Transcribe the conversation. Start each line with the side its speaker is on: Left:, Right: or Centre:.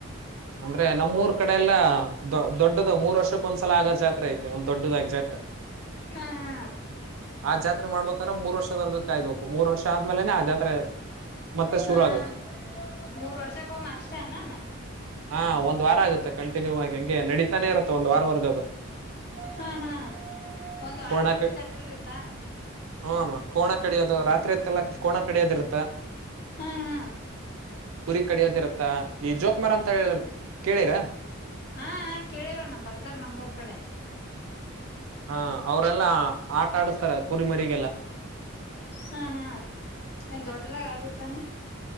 Right: ಅಂದ್ರೆ ನಮ್ಮೂರ್ ಕಡೆ ಎಲ್ಲಾ ದೊ ದೊಡ್ಡದ ಮೂರ್ ವರ್ಷಕ್ಕ ಒಂದ್ಸಲ ಆಗೋ ಜಾತ್ರೆ ಐತಿ ಒಂದ್ ದೊಡ್ಡದಾಗಿ ಜಾತ್ರೆ,
Left: ಹಾ ಹಾ
Right: ಆ ಜಾತ್ರೆ ಮಾಡ್ಬೇಕ್ರ ಮೂರ್ ವರ್ಷದವರ್ಗ ಕಾಯ್ಬೇಕು ಮೂರ್ ವರ್ಷ ಆದ್ಮೇಲೆನೆ ಆ ಜಾತ್ರೆ ಮತ್ತೆ ಶುರು
Left: ಹಾ
Right: ಆಗುತ್ತೆ.
Left: ಹಾ ಮೂರ್ ವರ್ಷಕ್ಕೊಮ್ಮೆ ಅಷ್ಟೇ ಅನ ಅಣ್ಣ
Right: ಹಾ ಒಂದ್ ವಾರ ಆಗುತ್ತೆ ಕಂಟಿನ್ಯೂ ಆಗಿ ಹಂಗೆ ನಡೀತಾನೆ ಇರುತ್ತೆ ಒಂದ್ ವಾರವರ್ಗದು.
Left: ಹಾ ಹಾ ಒಂದ್ ವಾರವರೆಗೂ
Right: ಕೋಣಕ
Left: ಜಾತ್ರೆ ಇರುತ್ತಾ
Right: ಹ ಕೋಣ ಕಡೋದು ರಾತ್ರಿಯತ್ತಲ್ಲ ಕೋಣ ಕಡಿಯೋದ ಇರ್ತ್ತ,
Left: ಹಾ ಹಾ
Right: ಕುರಿ ಕಡಿಯದ್ ಇರತ್ತಾ ಈಜೋ ಕುಮಾರ್ ಅಂತ ಹೇಳಿದ್ರ ಕೇಳಿರಾ
Left: ಹ ಕೇಳಿವಣ್ಣ ಬರ್ತಾರ ನಮ್ಮ್ೂರ್ ಕಡೆ.
Right: ಹಾ ಅವರೆಲ್ಲಾ ಆಟ ಆಡಸ್ತಾರೆ ಕುರಿಮರಿಗೆಲ್ಲ,
Left: ಹ್ಮ ಹ್ಮ ಏನ್ ದೊಡ್ಡದಾಗ ಆಗುತ್ತಾನ